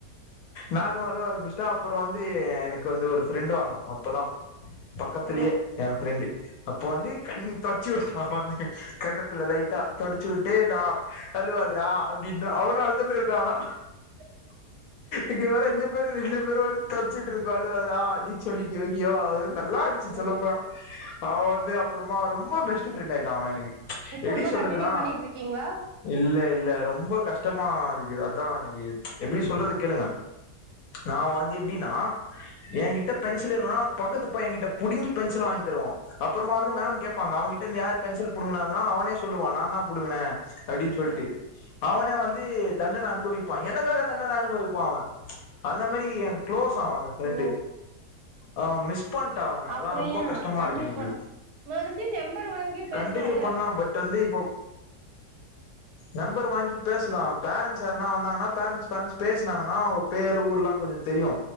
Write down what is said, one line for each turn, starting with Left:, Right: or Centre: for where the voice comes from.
Left: நானு அழுக ஆரம்பிச்சிட்ட அப்றோ வந்து எனக்கு வந்து ஒரு ஃப்ரெண்டு வந்தா அப்பதா பக் கத்துலயே
Right: ஓ
Left: எ ஃப்ரெண்டு அப்போ வந்து கண்ணு தொட்ச்சு வுட்டா வந்து கன்னத்துல லைட் டா தொடிச்சு வுட்டு நா அழுவாதடா அப்டினா அவனு அழுதுனுருக்கா ஆனா
Right: <inaudible>
Left: இங்க வேற ரெண்டு பேரு ரெண்டு பேரு வந்து தொச்சிட்டு இருக்கோ அழுவாதடா அப்டின்னு சொல்லிட்டு ஓகேவா நல்லா இருந்துச்சு
Right: ஓ
Left: சொல்லப்ப அவ வந்து அப்புறமா ரொம்ப பெஸ்ட் ஃப்ரெண்ட் ஆயிட்டா அவே எனக்கு
Right: இப்ப
Left: எப்டி
Right: இன்னு
Left: சொல்றதுன்னா
Right: கண்டினியூ பண்ணிட்டு இருக்கீங்ளா
Left: இல்ல இல்ல ரொம்ப கஷ்டமாதுக்கு அதா எனக்கு எப்டி சொல்றது கேளுங்க நா வந்து எப்டினா ஏ கிட்ட பென்சில் இல்லனா பக்கத்து பையேகிட்ட புடுங்கி பென்சில் வாங்கி தருவா அப்புறமா வந்து
Right: ஓ
Left: மேம் கேப்பாங்க அவேகிட்டருந்து யாரு பென்சில் புடுங்குனாகனா அவனே சொல்லுவா நா தா புடுங்குனே அப்டின் சொல்ட்டு
Right: ஓ
Left: அவனே
Right: ஓகே
Left: வந்து தண்டன அனுபவிப் பா எனக்காக தண்டன அனுபவிப்பா அவே அந்த மாறி எ குளோஸ் ஆவா அந்த ஃப்ரெண்டு
Right: ஓ
Left: அத அவே மிஸ் பண்ட்டே அவன
Right: அப்றோ
Left: அதா ரொம்ப
Right: ஏ
Left: கஷ்டமா
Right: கண்டினியூ
Left: இருக்கு எனக்கு
Right: பண்ண மறுபடியு நம்பர் வாங்கி பேசலால்ல
Left: கண்டினியூ பண்லா பட் வந்து இப்போ நம்பர் வாங்கி பேச்லா பேரண்ட்ஸ் யாருனா வந்தாங்கன்னா பேரண்ட்ஸ் பேரண்ட்ஸ் பேசுனாங்கன்னா அவுங்க பேரு ஊர்லா கொஞ்சோ தெரியு